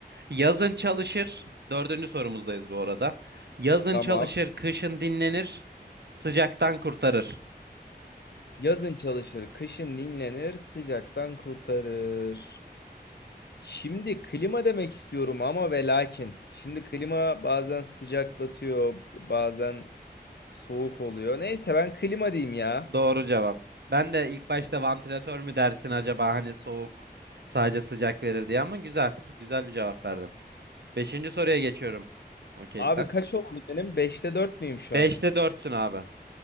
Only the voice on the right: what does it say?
Yazın çalışır. Dördüncü sorumuzdayız bu arada. Yazın
çalışır, kışın dinlenir, sıcaktan kurtarır.
Doğru cevap. Ben de ilk başta vantilatör mü dersin acaba hani soğuk sadece sıcak verir diye ama güzel. Güzel bir cevap verdin. Beşinci soruya geçiyorum. Okey
sen.
Beşte
dörtsün abi.